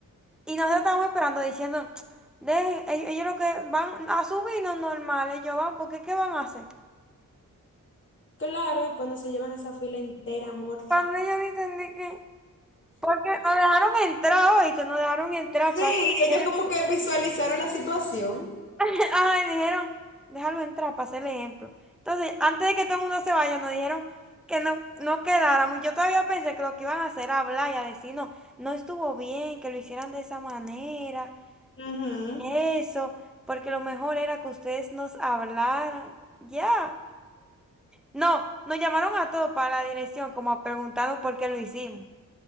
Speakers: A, in the centre; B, on the left (about 35°).
A: Y nosotros estábamos esperando diciendo, de ellos, ellos lo que van a subirnos normal, ellos van, porque ¿qué qué van a hacer?
B: Claro, y cuando se llevan esa fila entera, amor.
A: Cuando ellos dicen de que, porque nos dejaron entrar, oíste, nos dejaron entrar
B: Sí,
A: para
B: ellos
A: el-
B: como que visualizaron la situación.
A: <laughs> Ajá, y dijeron, déjalo entrar para hacer el ejemplo. Entonces, antes de que todo el mundo se vaya, nos dijeron que no, no quedáramos. Yo todavía pensé que lo que iban a hacer era hablar y a decir, no, no estuvo bien que lo hicieran de esa manera,
B: Ujú.
A: eso, porque lo mejor era que ustedes nos hablaran. Ya. No, nos llamaron a todos para la dirección, como preguntando por qué lo hicimos.